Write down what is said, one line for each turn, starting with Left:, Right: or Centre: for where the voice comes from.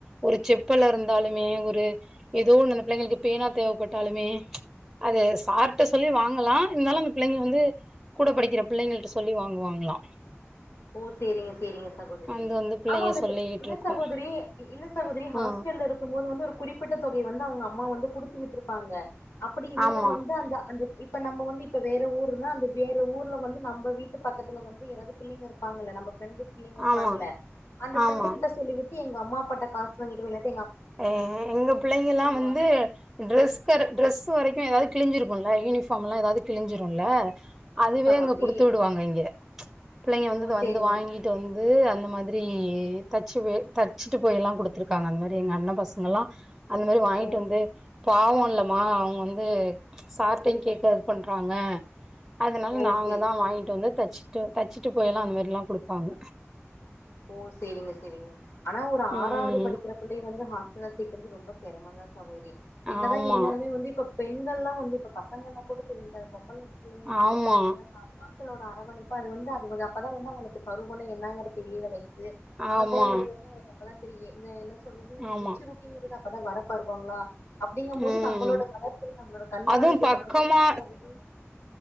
Centre: ஒரு செப்பலா இருந்தாலுமே ஒரு எதோ ஒண்ணு அந்த பிள்ளைங்களுக்கு பேனா தேவப்பட்டாலுமே அது சார்ட்ட சொல்லி வாங்கலா இருந்தாலு அந்த பிள்ளைங்க வந்து கூட படிக்கிற பிள்ளைங்கள்ட்ட சொல்லி வாங்குவாங்கலா
Left: ஓ சேரிங்க சேரிங்க சகோதிரி
Centre: அது வந்து பிள்ளைங்க
Left: ஆமா அந்த இப்ப
Centre: சொல்லிட்டு
Left: இல்ல
Centre: இருக்கும்
Left: சகோதிரி இல்ல சகோதிரி ஹாஸ்
Centre: ஆ
Left: டல்ல இருக்கும் போது வந்து ஒரு குறிப்பிட்ட தொகை வந்து அவுங்க அம்மா வந்து குடுத்து விட்டுருப்பாங்க அப்டி இல்லேன்ன
Centre: ஆமா
Left: வந்து அந்த அந்த இப்ப நம்ம வந்து இப்ப வேற ஊருன்னா அந்த வேற ஊர்ல வந்து நம்ம வீட்டு பக்கத்துல வந்து ஏதாவது பிள்ளைங்க இருப்பாங்கள்ள நம்ம ஃப்ரண்டு பிள்ளேங்க இருப்பாங்கல்ல
Centre: ஆமா
Left: அந்த ஃப்ரண்டு
Centre: ஆமா
Left: கிட்ட சொல்லிவிட்டு எங்க அம்மா அப்பாட்ட காசு வாங்கிட்டு வா இல்லாட்
Centre: எ எங்க பிள்ளைங்கல்லா
Left: சொல்லுவாங்க
Centre: வந்து ட்ரஸ் கட ட்ரஸ் வரைக் ஏதாவது கிழிஞ்சுருக்குல யூனிஃபாம்லா ஏதாவது கிழிஞ்சுரூல
Left: ஆமா
Centre: அதுவே
Left: சகோதரி
Centre: இங்க குடுத்து விடுவாங்க இங்க பிள்ளைங்க வந்து
Left: ஓ
Centre: இத வந்து
Left: சேரிங்க
Centre: வாங்கிட்டு வந்து அந்த மாதிரி இ தச்சு வெ தச்சுட்டு போயல்லா குடுத்துருக்காங்க அந்த மாரி எங்க அண்ணெ பசங்கல்லா அந்த மாரி வாங்கிட்டு
Left: ஓ
Centre: வந்து பாவோ இல்லமா அவுங்க வந்து சாப்ட்டேன் கேக்க இது பண்றாங்க அதுனால
Left: ஓ
Centre: நாங்க
Left: சேரி
Centre: தா வாங்கிட்டு வந்து தச்சுட்டு தச்சுட்டு போயல்லா அந்த மாரில்லா குடுப்பாங்க
Left: ஓ சேரிங்க சேரிங்க ஆனா ஒரு ஆறாவது
Centre: ம்
Left: படிக்கிற புள்ளய வந்த ஹா ஹாஸ்டல்ல சேக்றது ரொம்ப செரமொ தா சகோதிரி என்னதா
Centre: ஆமா
Left: இருந்தாலுமே வந்து இப்ப பெண் ண்கல்லா வந்து இப்ப பசங்கனா கூட தெரிஞ்சுகாது பொம்பளக்கி பிள்ளேங்கங்கபோது
Centre: ஆமா
Left: நம்ப அம்மா <unintelligible> அரவணைப்பு அது வந்து அது அப்பதா வந்து அவுங்களுக்கு பருவொனே என்னாங்கிற தெரியிர வய்சு சு அனுபவங்கறது
Centre: ஆமா
Left: வந்து அவுங்களுக்கு அப்பதா தெரியி இந்த என்ன சொல்றது
Centre: ஆமா
Left: மெச்சூரிட்டிங்கிறது அப் அப்பதா வரப் பருவாங்ளா அப்டிங்கம் போது
Centre: ம்
Left: நம்மளோட கடற்குல் நம்மளோட கண்காணிப்பு
Centre: அதுவு
Left: இப்ப
Centre: பக்கமா
Left: கல்லூரி பகுதி